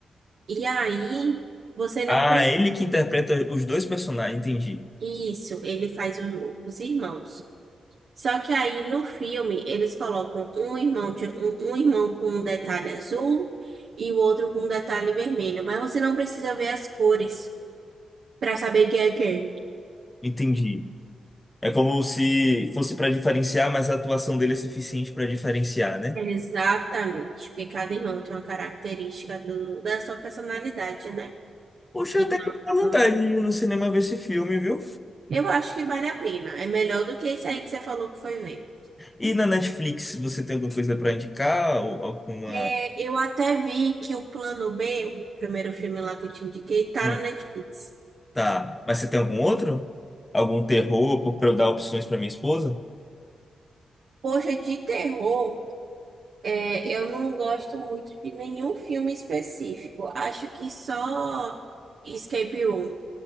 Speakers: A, on the right (about 70°); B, on the left (about 20°).
A: E aí, você não
B: Ah,
A: precisa.
B: é ele que interpreta os dois personagens, entendi.
A: Isso, ele faz o- os irmãos. Só que aí no filme eles colocam um irmão, ti- um, um irmão com um detalhe azul e o outro com um detalhe vermelho. Mas você não precisa ver as cores para saber quem é quem.
B: Entendi. É como se fosse para diferenciar, mas a atuação dele é suficiente para diferenciar, né?
A: Exatamente, porque cada irmão tem uma característica do- da sua personalidade, né?
B: Poxa,
A: Então
B: até que me
A: acaba.
B: dá vontade de ir no cinema ver esse filme, viu?
A: Eu acho que vale a pena. É melhor do que esse aí que você falou que foi ver.
B: E na Netflix, você tem alguma coisa para indicar? Ou alguma.
A: É, eu até vi que o Plano B, o primeiro filme lá que eu te indiquei, tá
B: Hum,
A: no Netflix.
B: Tá. Mas você tem algum outro? Algum terror para eu dar opções para minha esposa?
A: Poxa, de terror. É, eu não gosto muito de nenhum filme específico. Acho que só Escape Room.